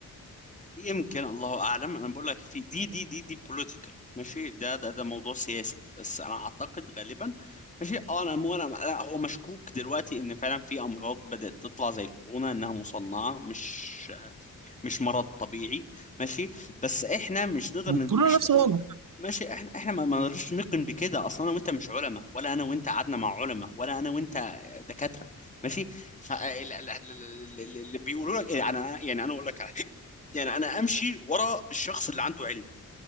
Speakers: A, on the left; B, on the right.
A: يمكن الله اعلم انا بقول لك في دي دي دي دي بوليتيكال ماشي ده ده ده موضوع سياسي بس انا اعتقد غالبا ماشي اه انا مو انا لا، هو مشكوك دلوقتي ان فعلا في امراض بدات تطلع زي الكورونا انها مصنعه مش مش مرض طبيعي ماشي بس احنا مش نقدر
B: وكلنا
A: ن- مش
B: نفس
A: ن-
B: الوضع
A: ماشي احنا احنا ما ما نقدرش نقن بكده اصلا انا وانت مش علماء ولا انا وانت قعدنا مع علماء ولا انا وانت دكاتره ماشي فاللي بيقولوا لك يعني انا يعني انا اقول لك على حاجه يعني انا امشي ورا الشخص اللي عنده علم